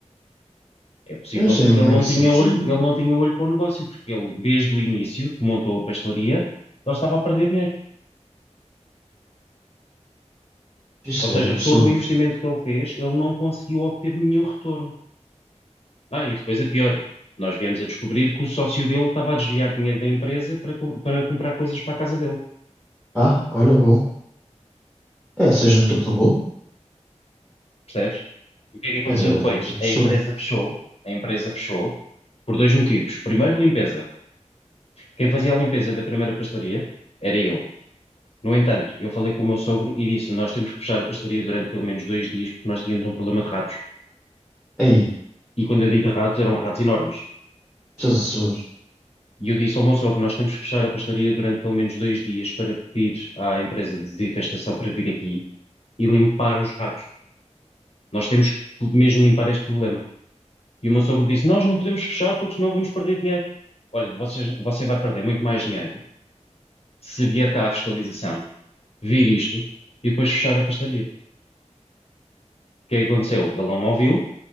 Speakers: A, on the left; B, in the centre.
A: É possível
B: Eu não sei
A: porque
B: como
A: ele não
B: é que isso
A: tinha
B: é possível.
A: olho, ele não tinha olho para o negócio, porque ele, desde o início, que montou a pastelaria, ele estava a perder dinheiro.
B: Isso
A: Ou seja,
B: é absurdo.
A: todo o investimento que ele fez, ele não conseguiu obter nenhum retorno. Ah, e depois é pior. Nós viemos a descobrir que o sócio dele estava a desviar dinheiro da empresa para, com- para comprar coisas para a casa dele.
B: Ah, olha, bom. É, seja no topo do bolo.
A: percebes? E o que é que aconteceu
B: É absurdo.
A: depois? A empresa fechou, a empresa fechou por dois motivos. Primeiro, limpeza. Quem fazia a limpeza da primeira pastelaria era eu. No entanto, eu falei com o meu sogro e disse: Nós temos que fechar a pastelaria durante pelo menos dois dias porque nós tínhamos um problema de ratos.
B: Ei,
A: E quando eu digo ratos, eram ratos enormes.
B: Jesus.
A: E eu disse ao meu sogro: Nós temos que fechar a pastelaria durante pelo menos dois dias para pedir à empresa de desinfestação para vir aqui e limpar os ratos. Nós temos que mesmo limpar este problema. E o meu sogro disse: Nós não podemos fechar porque senão vamos perder dinheiro. Olha, você, você vai perder muito mais dinheiro se vier cá a fiscalização, vir isto e depois fechar a pastelaria. O que é que aconteceu? Ele não me ouviu,